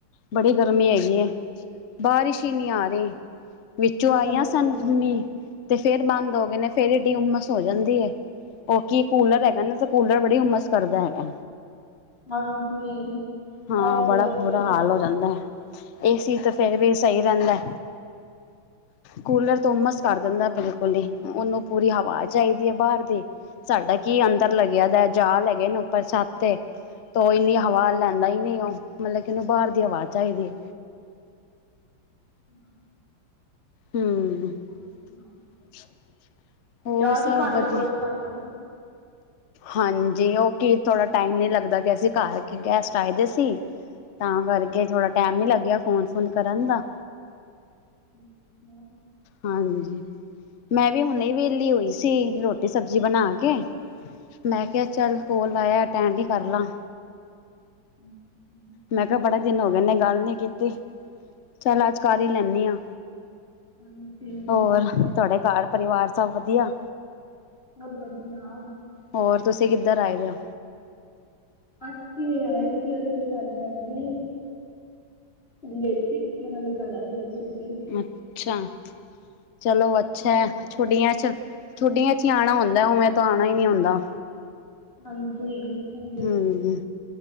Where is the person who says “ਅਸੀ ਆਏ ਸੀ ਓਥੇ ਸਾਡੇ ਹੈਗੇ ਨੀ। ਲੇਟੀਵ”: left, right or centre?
Left